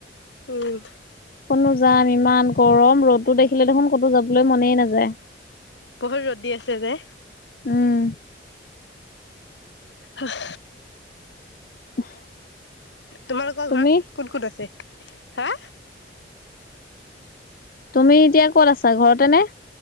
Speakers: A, on the left (about 80°); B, on the left (about 50°).
A: উম।
B: কনো যাম ইমান গৰম ৰ'দো দেখিলে দেখোন ক'তো যাবলৈ মনে নাযায়।
A: বহুত ৰ'দ দি আছে যে।
B: উম।
A: উফ।
B: <inaudible>
A: তোমালোকৰ
B: তুমি
A: ঘৰত কোন ক'ত আছে হা?
B: তুমি এতিয়া ক'ত আছা ঘৰতে নে?